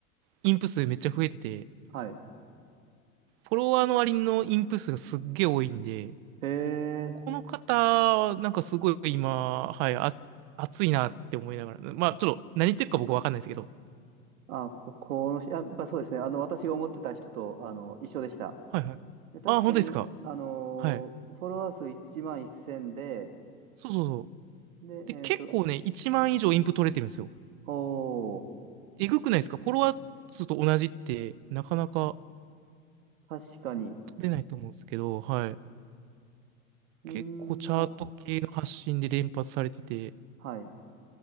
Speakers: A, on the right; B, on the right.
A: インプ数めっちゃ増えてて、
B: はい。
A: フォロワーの割のインプ数がすっげえ多いんで、
B: へえ、
A: この方、なんかすごい今、はい、あ、熱いなって思いながら、まあちょっと何言ってるか僕わかんないですけど、
B: はいあ、こ、このし、やっぱそうですね。あの、私が思ってた人と、あの、一緒でした。
A: はいはい。
B: で確かに、
A: あ、本当ですか。
B: あのーフォロワー数1万1000で、
A: はい。そうそう
B: で、
A: で、結構ね、
B: えっと、
A: 1万以上インプ取れてるんですよ。
B: お
A: えぐくないですかフォロワー数と同じって、なかなか
B: 確かに、
A: 取れないと思うんですけど、はい。
B: みんな、
A: 結構チャート系の発信で連発されてて、
B: はい。